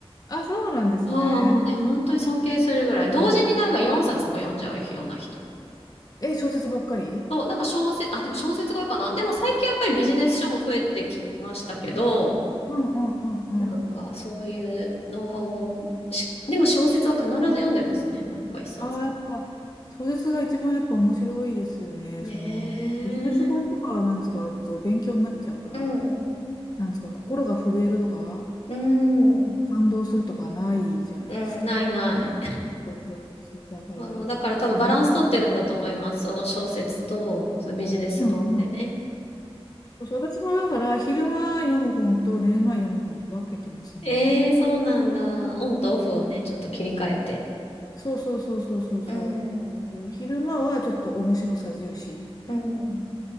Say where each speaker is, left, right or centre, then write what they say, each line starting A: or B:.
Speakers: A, on the left (about 40°); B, on the left (about 80°).
A: あ、そうなんですね。
B: ああ、もうね、本当に尊敬するぐらい。同時になんか4冊とか読んじゃうような人。
A: え、小説ばっかり
B: そう、なんか小説、あ、でも小説が多いかな。でも最近やっぱりビジネス書も増えてきましたけど、
A: うんうんうんうん。
B: なんか、そういうノウハウ本し、でも小説は必ず読んでますね。なんか一冊は。
A: ああ、やっぱ、小説が一番やっぱ面白いですよね。
B: ねえ。
A: その、ビジネス本とかはなんつうか、ちょっとお勉強になっちゃうから、
B: うん。
A: なんつうか、心が震えるとか、
B: うん。
A: 感動するとかないじゃないですか。
B: うん。ないない。
A: そうそうそうそう。
B: <laughs>
A: だから、
B: そうだから多分バランス取ってるんだと思います。その小説と、そのビジネス本でね。
A: うんうん。そうそう、私もだから、昼間読む本と寝る前読む本って分けてますね。
B: ええー、そうなんだ。オンとオフをね、
A: で
B: ちょっと切り替えて。
A: そうそうそうそうそうそう。
B: うん。
A: だから昼間はちょっと面白さ重視。
B: うん。